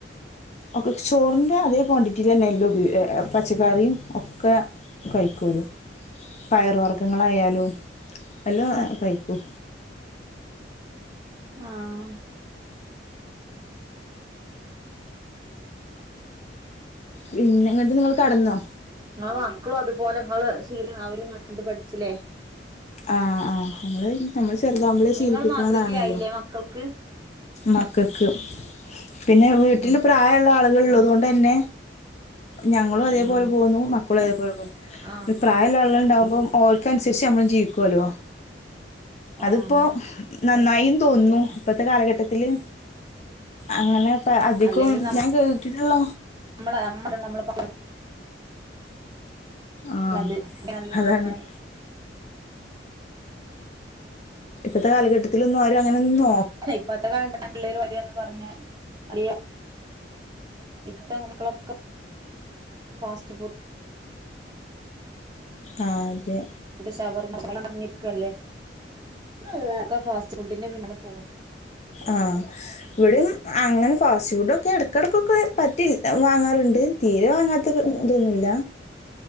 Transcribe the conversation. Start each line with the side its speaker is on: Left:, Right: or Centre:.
Left: ഒക്കെ ചോറിന്റെ അതേ ക്വാണ്ടി റ്റിലെന്നെ എല്ലം ഉപയോ ഏഹ് എഹ് പച്ചക്കറിം ഒക്കെ കഴിക്കും ഓര് പയർ വർഗ്ഗങ്ങളായാലും എല്ലോം കഴിക്കും.
Right: ആഹ്
Left: പിന്നെ ഇങ്ങെട്ട് നിങ്ങെൾ കട്ന്നോ?
Right: ഇങ്ങളെ മക്കളും അതുപോലെ ഇങ്ങളെ ശീലം അവരും കണ്ട് പഠിച്ച്ലെ?
Left: ആഹ് ആഹ് നമ്മൾ <unintelligible> നമ്മൾ ചെറുതാവുമ്പളെ ശീലിപ്പിക്ക്ണതാണല്ലോ
Right: നിങ്ങൾ മാതൃകയായില്ലേ മക്കൾക്ക്
Left: മക്കക്ക് പിന്നെ വീട്ട്ൽ പ്രായം ഇള്ള ആളുകൾ ഇള്ളതോണ്ടെന്നെ
Right: ആഹ്
Left: ഞങ്ങളും അതേപോലെ
Right: ആഹ് ആഹ്
Left: പോന്നു മക്കളും അതേപോലെ പോന്നു
Right: ആഹ്
Left: പിന്നെ പ്രായ ഇള്ള ആളുകൾ ഇണ്ടാവുമ്പം ഓൽക്ക് അന്സെര്ച്ച് നമ്മളും ജീവിക്കോലോ അത്
Right: ആഹ്
Left: ഇപ്പോ നന്നായിന്ന് തോന്നുന്നു
Right: അതെ
Left: ഇപ്പത്തെ കാലഘട്ടത്തില് അങ്ങനെ ഇപ്പ അധിക്കും
Right: അല്ലെങ്കിൽ
Left: ഞാ കേട്ടിട്ട് ഇള്ള
Right: നമ്മളെ നമ്മ അറിയെണ നമ്മളെ പാ
Left: ആഹ്
Right: പറഞ്ഞത്
Left: അതാണെയ്
Right: നന്നായി
Left: ഇപ്പത്തെ കാലഘട്ടത്തിൽ ഒന്നും ആരും അങ്ങനൊന്നും നോ
Right: അല്ലെയ് ഇപ്പത്തെ കാല <unintelligible> പിള്ളെര് വെരാന്ന് പർഞ്ഞാൽ വലിയ ഇപ്പത്തെ മക്കളൊക്കെ ഫാസ്റ്റ് ഫു
Left: ആഹ് അതെ
Right: ഷവർമ ഷവർമ നറിഞ്ഞിരിക്കല്ലേ എല്ലാർക്കും ഫാസ്റ്റ് ഫുഡിന്റെ പിന്നാലെ പോക
Left: ആഹ് ഇവിടെ അങ്ങനെ ഫാസ്റ്റ് ഫുഡ ഒക്കെ ഇടക്കിടക്കൊക്കെ പറ്റിൽ വാങ്ങാറുണ്ട് തീരെ വാങ്ങാത്ത ഇതൊന്നുമില്ല